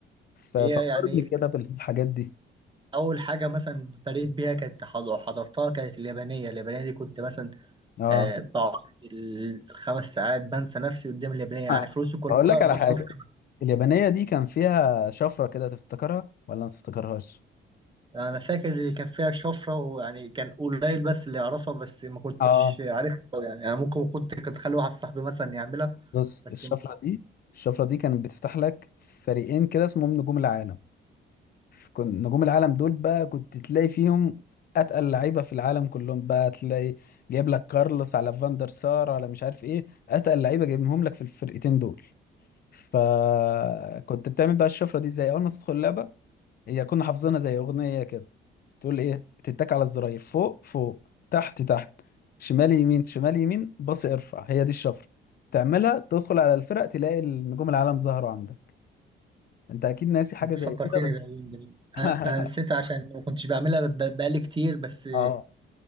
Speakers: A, on the left; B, on the right.
A: ففكرني
B: هي يعني
A: كده بالحاجات دي
B: اول حاجه مثلا بريت بيها كانت حض- حضرتها كانت اليابانيه اليابانيه دي كنت مثلا
A: اه
B: آه، بقعد الخمس ساعات بنسى نفسي قدام اليابانية يعني
A: آه،
B: فلوسي كلها
A: هقول لك على
B: مصروفة
A: حاجة اليابانية دي كان فيها شفرة كده تفتكرها ولا ما تفتكرهاش
B: أنا فاكر اللي كان فيها شفرة ويعني كان قليل بس اللي يعرفها بس ما كنتش
A: اه
B: عارفها أوي يعني أنا ممكن كنت كنت أخلي واحد صاحبي مثلا يعملها
A: بص
B: بس
A: الشفرة
B: ما-
A: دي الشفرة دي كانت بتفتح لك فريقين كده اسمهم نجوم العالم كنت نجوم العالم دول بقى كنت تلاقي فيهم اتقل لعيبة في العالم كلهم بقى تلاقي جايب لك كارلوس على فاندر سار على مش عارف ايه اتقل لعيبة جايبهم لك في الفرقتين دول فكنت بتعمل بقى الشفرة دي ازاي اول ما تدخل اللعبة هي كنا حافظينها زي اغنيه كده تقول ايه تتك على الزراير فوق فوق تحت تحت شمال يمين شمال يمين باص ارفع هي دي الشفره تعملها تدخل على الفرق تلاقي النجوم العالم ظهروا عندك انت اكيد ناسي حاجه
B: أنت
A: زي
B: فكرتني
A: كده بس
B: بأيام جميلة
A: <laughs>
B: أنا أنا نسيتها عشان ما كنتش بعملها ب- بقالي كتير بس
A: اه